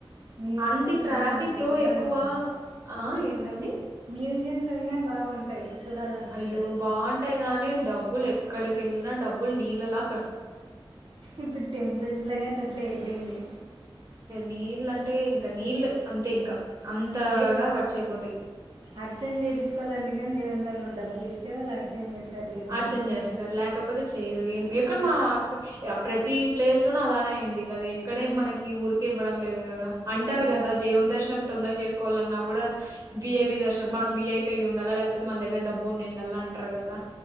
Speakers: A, on the right; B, on the right.
A: మ్యూజియంస్
B: అంత ట్రాఫిక్
A: అన్నీ ఉంటాయి
B: లో
A: చూడాలనుకుంటే
B: ఎక్కువ ఆ ఏంటండి
A: మ్యూజియంస్ అవి కానీ బాగుంటాయి చూడాలనుకుంటే
B: అయ్యో బాగుంటాయి కానీ డబ్బులు ఎక్కడికి వెళ్ళినా డబ్బులు నీళ్ళ లా
A: ఇప్పుడు టెంపుల్స్ లాగా అన్నట్లు అపోయింది
B: నీళ్ళు అంటే ఇంకా నీళ్ళు అంతే ఇంకా అంతగా
A: ద
B: ఖర్చు అయిపోతాయి.
A: అర్చన్ చేపిచుకోవాలంటేకని దేవు <unintelligible> డబ్బులు ఇస్తా <unintelligible> అర్చం చేస్తారు లేదంటే
B: అర్చన
A: లేదు
B: చేస్తారు లేకపోతే చెయరు ఏం ఎక్కడ
A: ఆ,
B: మా ప్రతి ప్లేస్ లోనూ అలానే అయింది ఎక్కడే
A: ఆ,
B: మనకి ఊరికి ఇవ్వడం లేదు కదా అంటారు
A: అది కానీ
B: కదా దేవుని దర్శనం తొందర చేసుకోవాలన్నా కూడా వఐపి దర్శనం మనం విఐపి అయ్య ఉండాలా లేకపోతే మన దగ్గర డబ్బు ఉన్నిండ్డల అంటారు కదా